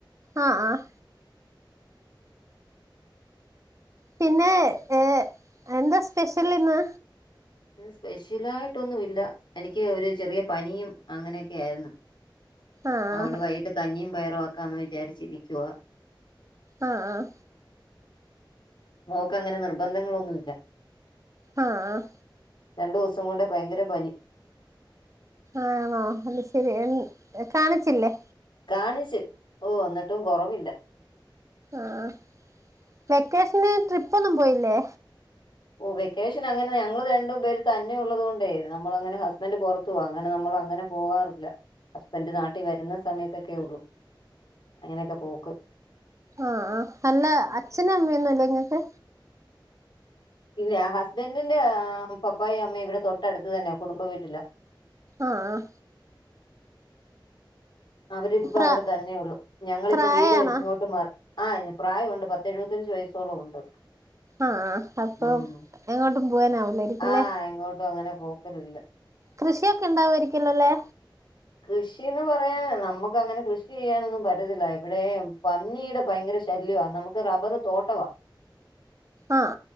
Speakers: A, on the right; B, on the left.
A: ആഹ് ആഹ് പിന്നെ ഏഹ് എന്താ സ്പെഷ്യൽഇന്ന്?
B: സ്പെഷ്യലായിട്ടൊന്നു. ഇല്ല എനിക്ക് ഒരു ചെറിയ പനിയും അങ്ങനെയൊക്കെ ആയിരുന്നു.
A: ആഹ്
B: അഓണ്ട് വൈകിട്ട് കഞ്ഞിയും പയറും ആക്കാന്ന് വിചാരിച്ചിരിക്കുവ.
A: ആഹ് ആഹ്
B: മോക്ക് അങ്ങനെ നിർബന്ധങ്ങളൊന്നുമില്ല.
A: ആഹ് ആഹ്
B: രണ്ടോസം കൊണ്ടേ ഭയങ്കര പനി
A: ആണോ അത് ശരി എൻ കാണിച്ചില്ലേ?
B: കാണിച്ചു ഓഹ് എന്നട്ടും കൊറവില്ല.
A: ആഹ് വെക്കേഷന് ട്രിപ്പ് ഒന്നും പോയില്ലേ
B: ഓ വെക്കേഷന് അങ്ങനെ ഞങ്ങള് രണ്ടും പേര് തന്നെ ഉള്ളത് കൊണ്ടേ നമ്മള് അങ്ങനെ ഹസ്ബൻഡ് പൊറത്തുവാ അങ്ങനെ നമ്മള് അങ്ങനെ പോവാറില്ല ഹസ്ബൻഡ് നാട്ടി വരുന്ന സമയത്തൊക്കെ ഒള്ളൂ. അങ്ങനെക്കെ പോക്ക്
A: ആഹ് ആ അല്ല അച്ഛനും അമ്മയൊന്നുല്ലേ ഇങ്ങക്ക്
B: ഇല്ല ഹസ്ബൻറിന്റെ ഏഹ് പപ്പായും അമ്മയും ഇവിടെ തൊട്ടടുത്ത് തന്നാ കുടുംബ വീട്ടിലാ.
A: ആഹ് ആ
B: അവരിപ്പോ പ്പൊ
A: പ്രാ
B: അവിടെ തന്നെ ഉള്ളൂ ഞങ്ങളിപ്പം
A: പ്രായാണോ
B: വീട് വെച്ച് ഇങ്ങോട്ട് മാറി ആഹ് പ്രായവൊണ്ട് പത്ത് എഴു വത്തഞ്ച് വയസ്സോളം ഉണ്ട് അവർക്ക്
A: ആഹ് അപ്പൊ
B: ഉം
A: എങ്ങോട്ടും പോവാനാവൂലായിരിക്കുംല്ലേ
B: ആഹ് എങ്ങോട്ടും അങ്ങനെ പോക്കലില്ല
A: കൃഷിയൊക്കെ ഉണ്ടോ അവര്ക്ക് ഇല്ലല്ലോ
B: കൃഷീന്ന് പറയാൻ നമ്മുക്ക് അങ്ങനെ കൃഷി ചെയ്യാനൊന്നും പറ്റത്തില്ല ഇവിടെ പന്നീടെ ഭയങ്കര ശല്യവാ നമക്ക് റബ്ബർ തോട്ടവാ
A: ആഹ്